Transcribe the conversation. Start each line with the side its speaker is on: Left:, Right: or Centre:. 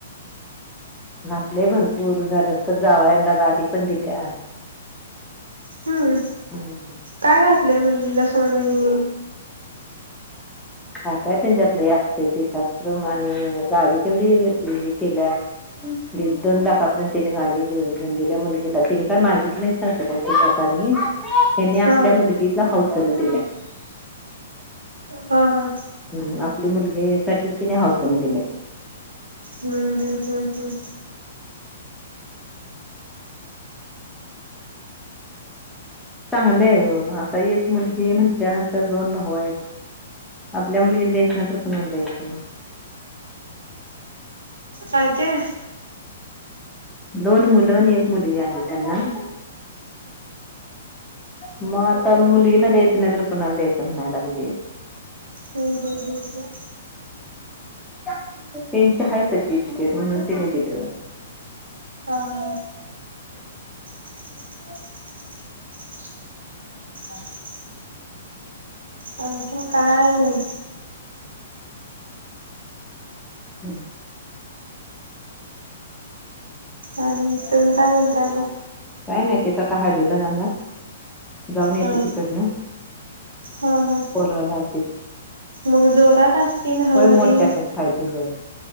Centre: घातलंय भरपूर झालंस तर जावायाला गाडी पण दिल्या.
Right: हम्म
Centre: हम्म
Right: काय घातले मुली. मुलीला सोन ह.
Centre: हा काय त्यांच्यात लई असतय. ते शात्र आणि गाडी तेवढी हे केल्या दीड दोन लाखापर्यंत त्याने गाडी. जला मुली <inaudible> तिने काय मागितलं नाही सासरच्या लोकांनी हेनी
Right: हा
Centre: आपल्या मुलगीला हौसन दिल्या.
Right: हा, हा,
Centre: हम्म आपली मुलगी साठी तिने हौसन दिल्या
Right: हम्म, हम्म, हम्म, हम्म.
Centre: चांगलंय हो. आता एक मुलगी म्हटल्यानंतर दोन भाऊ आहेत. आपल्या मुलगीला द्यायचं नाही तर कुणाला द्यायचं
Right: काय ते?
Centre: दोन मुलं आणि एक मुलगी आहे त्यांना- म आता मुलगीला देत- नायतर कुणाला द्यायचं म्हणाय लागलेत.
Right: हम्म हम्म हम्म हम्म
Centre: त्यांचे हायेत. तशीे इस्टेट म्हणून तिने दिलंय.
Right: हा हा <unintelligible> आणखीन - आणखिन काय -नाही.
Centre: हम्.
Right: आणि तुम्ही काय म्हणताय म?
Centre: काय नाही, तेिथं आता हळदीला जाणार. जाऊन येते
Right: हा
Centre: तिकडन.
Right: हा हा
Centre: बोलवायला आलते.
Right: मग जोरात असतील हळदी
Centre: होय मोठ्या आहेत. हळदी होय.